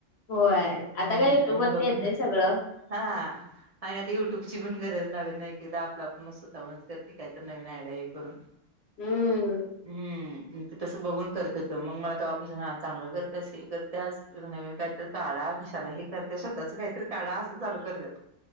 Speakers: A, on the left (about 55°); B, on the right (about 40°).
A: होय
B: हम्म
A: आता काय युट्यूब
B: आणि
A: वरती
B: बघून
A: येतय सगळं.
B: हा आणि आता युट्यूबची पण गरज लागत नाही एकेकदा आपल्या आपुन स्वतःहून करते काही तर नवीन आयड्या हे करून
A: हम्म.
B: हम्म. ते तसं बघून करत होतं मग मला तवापासून हा चांगलं करतेस की कर त्या नवीन काहीतरी काढा कशाला हे करतेस स्वतःच काहीतरी काढा असं चालू करतात.